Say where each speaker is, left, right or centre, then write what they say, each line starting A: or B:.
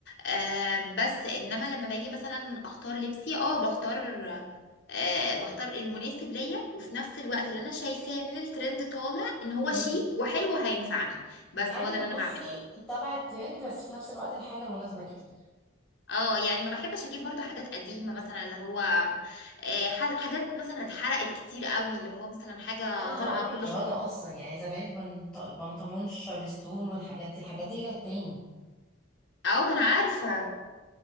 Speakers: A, on the left; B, in the centre.
A: آه، بس انما لما باجي مثلا اختار لبسي اه بختار آه، بختار المناسب ليا وفي نفس الوقت اللي انا شايفاه من الترند طالع ان هو
B: مم.
A: شيك وحلو هينفعني بس
B: يعني
A: هو ده اللي
B: بصي
A: انا بعمله
B: تبع الترند بس في نفس الوقت الحاجة المناسبة ليكي
A: اه يعني ما بحبش اجيب برضو حاجات قديمه مثلا اللي هو آه، ح- حاجات مثلا اتحرقت كتير قوي اللي هو مثلا حاجه
B: انا
A: طالعه
B: هقول لك
A: كل
B: يا
A: شويه
B: انا اصلا يعني زمان البنط... البنطلون الشارلستون والحاجات دي الحاجات دي جت تاني
A: اه ما انا عارفه